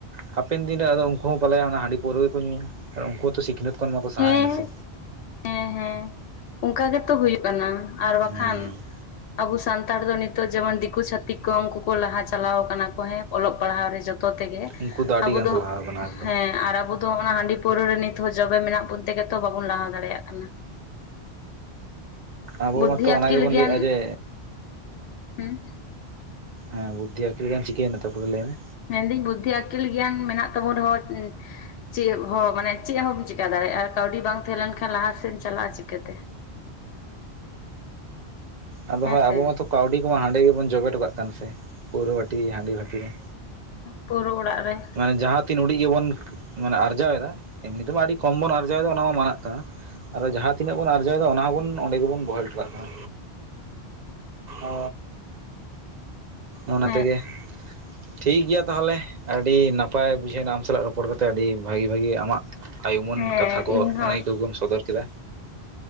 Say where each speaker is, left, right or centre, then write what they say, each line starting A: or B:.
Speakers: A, on the right; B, on the left.
A: ᱦᱟᱯᱮᱱ ᱫᱤᱱᱨᱮ ᱟᱫᱚ ᱩᱱᱠᱩ ᱦᱚᱸ ᱯᱟᱞᱮᱱ ᱦᱟᱺᱰᱤ ᱯᱟᱹᱣᱨᱟᱹ ᱜᱮᱠᱚ ᱧᱩᱭᱟ ᱟᱨ ᱩᱱᱠᱩ ᱦᱚᱸᱛᱚ ᱥᱤᱠᱷᱱᱟᱹᱛ ᱠᱷᱚᱱ ᱢᱟᱠᱚ ᱥᱟᱦᱟᱭᱮᱱᱟ
B: ᱦᱮᱸ
A: ᱥᱮ᱾
B: ᱦᱮᱸ ᱦᱮᱸ ᱚᱱᱠᱟ ᱜᱮᱛᱚ ᱦᱩᱭᱩᱜ ᱠᱟᱱᱟ᱾ ᱟᱨ ᱵᱟᱠᱷᱟᱱ
A: ᱦᱩᱸ
B: ᱟᱵᱚ ᱥᱟᱱᱛᱟᱲ ᱫᱚ ᱱᱤᱛᱚᱜ ᱡᱮᱢᱚᱱ ᱫᱤᱠᱩ ᱪᱷᱟ ᱛᱤᱠ ᱠᱚ ᱩᱱᱠᱩ ᱠᱚ ᱞᱟᱦᱟ ᱪᱟᱞᱟᱣ ᱟᱠᱟᱱᱟ ᱠᱚ ᱦᱮᱸ ᱚᱞᱚᱜ ᱯᱟᱲᱦᱟᱣ ᱨᱮ ᱡᱚ ᱛᱮᱜᱮ
A: ᱩᱱᱠᱩ ᱟᱹᱰᱤ
B: ᱟᱵᱚ
A: ᱜᱟᱱ
B: ᱫᱚ
A: ᱠᱚ ᱞᱟᱦᱟ ᱟᱠᱟᱱᱟ ᱮᱠᱫᱚᱢ
B: ᱦᱮᱸ ᱟᱨ ᱟᱵᱚ ᱚᱱᱟ ᱦᱟᱺᱰᱤ ᱯᱟᱹᱣᱨᱟᱹ ᱨᱮ ᱱᱤᱛ ᱦᱚᱸ ᱡᱚᱵᱮ ᱢᱮᱱᱟᱜ ᱵᱚᱱ ᱛᱮᱜᱮ ᱛᱚ ᱵᱟᱵᱚᱱ ᱞᱟᱦᱟ ᱫᱟᱲᱮᱭᱟᱜ ᱠᱟᱱᱟ᱾
A: ᱟᱵᱚ
B: ᱵᱩᱫᱽᱫᱷᱤ
A: ᱢᱟᱛᱚ
B: ᱟᱹᱠᱤᱞ
A: ᱚᱱᱟ ᱜᱮᱵᱚᱱ
B: ᱜᱮᱭᱟᱱ
A: ᱞᱟᱹᱭᱮᱫᱼᱟ ᱡᱮ
B: ᱦᱩᱸ
A: ᱦᱮᱸ ᱵᱩᱫᱽᱫᱷᱤ ᱟᱹᱠᱤᱞ ᱜᱮᱭᱟᱱ ᱪᱤᱠᱟᱹᱭᱮᱱᱟ ᱛᱟᱨᱯᱚᱨᱮ ᱞᱟᱹᱭ ᱢᱮ?
B: ᱢᱮᱱᱫᱟᱹᱧ ᱵᱩᱫᱽᱫᱷᱤ ᱟᱹᱠᱤᱞ ᱜᱮᱭᱟᱱ ᱢᱮᱱᱟᱜ ᱛᱟᱵᱚᱱ ᱨᱮᱦᱚᱸ ᱪᱮᱫ ᱦᱚᱸ ᱢᱟᱱᱮ ᱪᱮᱫ ᱦᱚᱸᱢ ᱪᱮᱠᱟ ᱫᱟᱲᱮᱭᱟᱜᱼᱟ ᱠᱟᱹᱣᱰᱤ ᱵᱟᱝ ᱛᱟᱦᱮᱸ ᱞᱮᱱ ᱠᱷᱟᱱ ᱞᱟᱦᱟ ᱥᱮᱫ ᱮᱢ ᱪᱟᱞᱟᱜᱼᱟ ᱪᱤᱠᱟᱹᱛᱮ?
A: ᱟᱫᱚ
B: ᱦᱮᱸ
A: ᱦᱳᱭ
B: ᱥᱮ
A: ᱟᱵᱚ ᱢᱟᱛᱚ ᱠᱟᱹᱣᱰᱤ ᱠᱚᱢᱟ ᱦᱟᱸᱰᱮ ᱜᱮᱵᱚᱱ ᱡᱚᱵᱮᱴᱚ ᱠᱟᱜ ᱠᱟᱱᱟ ᱥᱮ ᱯᱟᱹᱣᱨᱟᱹ ᱵᱷᱟᱹᱴᱤ, ᱦᱟᱺᱰᱤ ᱵᱷᱟᱹᱴᱤ ᱨᱮ᱾
B: ᱯᱟᱹᱣᱨᱟᱹ ᱚᱲᱟᱜ ᱨᱮ᱾
A: ᱢᱟᱱᱮ ᱡᱟᱦᱟᱸ ᱛᱤᱱ ᱦᱩᱰᱤᱡ ᱜᱮᱵᱚᱱ ᱢᱟᱱᱮ ᱟᱨᱡᱟᱣ ᱮᱫᱟ ᱮᱢᱱᱤ ᱛᱮᱢᱟ ᱟᱹᱰᱤ ᱠᱚᱢ ᱵᱚᱱ ᱟᱨᱡᱟᱣ ᱮᱫᱟ ᱚᱱᱟ ᱢᱟ ᱢᱟᱱᱟᱜ ᱠᱟᱱᱟ᱾ ᱟᱫᱚ ᱡᱟᱦᱟᱸ ᱛᱤᱱᱟᱹᱜ ᱵᱚᱱ ᱟᱨᱡᱟᱣᱮᱫᱟ ᱚᱱᱟ ᱦᱚᱸᱵᱚᱱ ᱚᱸᱰᱮ ᱜᱮᱵᱚᱱ ᱵᱚᱦᱮᱞ ᱦᱚᱴᱚ ᱠᱟᱜ ᱠᱟᱱᱟ᱾ ᱚ ᱚᱱᱟ
B: ᱦᱮᱸ
A: ᱛᱮᱜᱮ ᱴᱷᱤᱠᱜᱮᱭᱟ ᱛᱟᱦᱚᱞᱮ ᱟᱹᱰᱤ ᱱᱟᱯᱟᱭ ᱵᱩᱡᱷᱟᱹᱣᱮᱱᱟ ᱟᱢ ᱥᱟᱞᱟᱜ ᱨᱚᱯᱚᱲ ᱠᱟᱛᱮ ᱟᱹᱰᱤ ᱵᱷᱟᱹᱜᱤ ᱵᱷᱟᱜᱤ ᱟᱢᱟᱜ ᱟᱭᱩᱢᱟᱹᱱ
B: ᱦᱮᱸ
A: ᱠᱟᱛᱷᱟ ᱠᱚ
B: ᱤᱧ ᱦᱚᱸ
A: ᱟᱹᱱᱟᱹᱭᱠᱟᱹ ᱠᱚᱢ ᱥᱚᱫᱚᱨ ᱠᱮᱫᱟ᱾